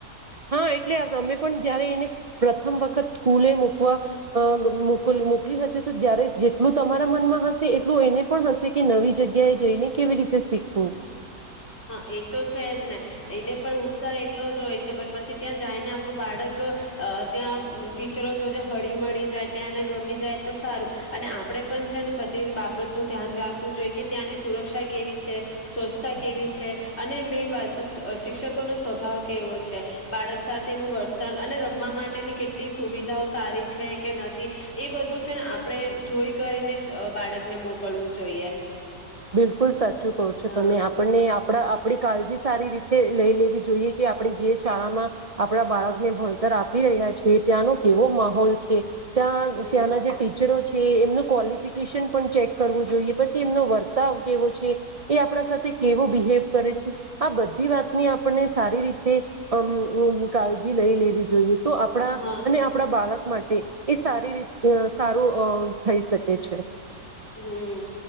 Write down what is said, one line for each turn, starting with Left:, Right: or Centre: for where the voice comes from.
Right: હા એટલે તમે પણ જયારે એને પ્રથમ વખત સ્કૂલે મકવા અ મો મોકલી હશે તો જ્યારે જેટલું તમારા મનમાં હશે એટલું એને પણ હશે કે નવી જગ્યાએ જઈને કેવી રીતે શીખવું
Left: હા એ તો છે જ ને એને પણ ઉત્સાહ એટલો જ હોય છે પણ પછી ત્યાં જાય ને આપણું બાળક ત્યાં ટીચરો જોજે હળી મળી જાય ત્યાં એને ગમી જાય તો સારું અને આપણે પણ છે ને બધી બાબતનું ધ્યાન રાખવું જોઈએ કે ત્યાંની સુરક્ષા કેવી છે સ્વચ્છતા કેવી છે અને મેન વાત શિક શિક્ષકો નો સ્વભાવ કેવો છે બાળક સાથેનું વર્તન અને રમવા માટેની કેટલી સુવિધાઓ સારી છે કે નથી એ બધું છે ને આપણે જોઈ કરીને જ બાળકને મોકલવું જોઈએ
Right: બિલકુલ સાચું કહો છો
Left: હ
Right: તમે આપણને આપણા આપડી કાળજી સારી રીતે લઈ લેવી જોઈએ કે આપણે જે શાળામાં આપણા બાળકને ભણતર આપી રહ્યા છે ત્યાંનો કેવો માહોલ છે ત્યાં
Left: હમ
Right: ત્યાંના જે ટીચરો છે એમનું ક્વોલિફિક <unintelligible> ચેક કરવું જોઈએ પછી એમનો વર કેવો છે એ આપણા સાથે કેવો બિહેવ કરે છે આ બધી વાતને આપને સારી રીતે અમ કાળજી લઈ લેવી જોઈએ તો આપણા
Left: હા
Right: અને આપણા બાળક માટે એ સારી રી અ સારું અ થઈ શકે છે
Left: હમ્મ